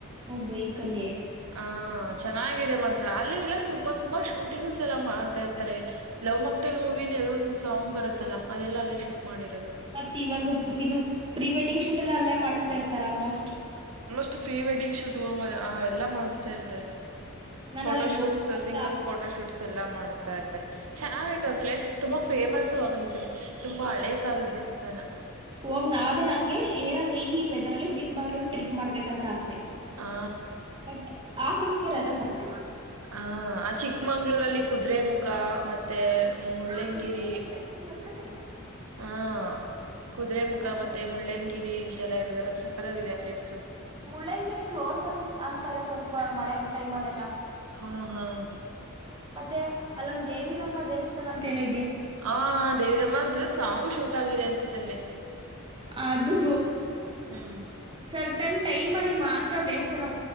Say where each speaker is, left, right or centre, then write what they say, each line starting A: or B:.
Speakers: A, on the right (about 25°); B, on the right (about 80°).
A: ಬೈ ಕಲ್ಲೇ
B: ಹಾ ಚೆನ್ನಾಗಿದೆ ಮಂತ್ರ ಅಲ್ಲಿ ಎಲ್ಲ ತುಂಬಾ ಸುಮಾರ್ ಶೂಟಿಂಗ್ಸ್ ಎಲ್ಲ ಮಾಡ್ತಾ ಇರ್ತಾರೆ ಲವ್ ಮಾಕ್ಟೈಲ್ ಮೂವಿಲಿ ಅದೋ ಒಂದು ಸಾಂಗ್ ಬರುತ್ತಲ್ಲ ಅದೆಲ್ಲ ಅಲ್ಲೇ ಶೂಟ್ ಮಾಡಿರೋದು
A: ಮತ್ತ ಇವಾಗ ಇದು ಪ್ರೀ ವೆಡ್ಡಿಂಗ್ ಶೂಟ್ ಎಲ್ಲ ಅಲ್ಲೇ ಮಾಡಿಸತಾ ಇರ್ತಾರ ಆಲ್ಮೋಸ್ಟ್
B: ಅಷ್ಟು ಪ್ರೀ ವೆಡ್ಡಿಂಗ್ ಶೂಟ್ ಎಲ್ಲ ಮಾಡ್ತಾ ಇರ್ತಾರೆ
A: ನಾನ್
B: ಫೋಟೋ
A: ಅಲ್ಗ್
B: ಶೂಟ್ಸ್
A: ಹೋಗ್ಬೇಕಂತ
B: ಸಿಂಗಲ್
A: ಆಸೆ
B: ಫೋಟೋ ಶೂಟ್ಸ್ ಎಲ್ಲಾ ಮಾಡಿಸ್ತಾ ಇರ್ತಾರೆ ಚೆನ್ನಾಗ ಐತೆ ಪ್ಲೇಸ್ ತುಂಬಾ ಫೇಮಸ್ು ಆಐತೆ ತುಂಬಾ ಹಳೆ ಕಾಲದ ದೇವಸ್ಥಾನ
A: ಹೋಗ್ ನ ಅದೇ ನನ್ಗೆ ಏನಂದ್ರೆ ಈ ವೆದರ್ ಅಲ್ಲಿ ಚಿಕ್ಕಮಂಗ್ಳೂರು ಟ್ರಿಪ್ ಮಾಡ್ಬೇಕಂತ ಆಸೆ
B: ಆ
A: ಬಟ್ ಆಫೀಸ್ಗೆ ರಜಾ ಕೊಡಲ್ಲ
B: ಹ ಆ ಚಿಕ್ಕಮಂಗ್ಳೂರಲ್ಲಿ ಕುದುರೆ ಮುಖ ಮತ್ತೆ ಮುಳ್ಳಂಗಿರಿ
A: ಹಾ ಕುದುರೆಮುಖ ಟ್ರೆಕ್ಕಿಂಗ್ ಹತ್ರನೇ
B: ಹಾ ಕುದುರೆಮುಖ
A: ಹೋಗ್ಬೇಕು
B: ಮತ್ತೆ ಮುಳ್ಳ್ಯಂಗಿರಿ ಲ್ಲ ಇರದ್ರಲ್ಲ ಸಕ್ಕತಾಗಿದೆ ಆ ಪ್ಲೇಸ್ ಗಳು
A: ಮುಳ್ಳಂಗಿರಿ ಕ್ಲೋಸ್ ಅನ್ ಅಂತಾರೆ ಸ್ವಲ್ಪ ಮಳೆ ಟೈಮ್ ಅಲ್ಲ ಎಲ್ಲ
B: ಹಾ ಹಾ
A: ಮತ್ತೆ ಅಲ್ಲೊಂದಂದು ದೇವಿರಮ್ಮ ದೇವಸ್ಥಾನ ಅಂತ ಏನ
B: ಹ ದೇವಿರಮ್ಮ ಸಾಂಗು ಶೂಟ್ ಆಗಿದೆ ಅನ್ಸುತ್ತ ಅಲ್ಲಿ
A: ಅದು
B: ಹ್ಮ್
A: ಸರ್ ನ್ ಟೈಮ್ ಅಲ್ಲಿ ಮಾತ್ರ ದೇವಸ್ಥಾನ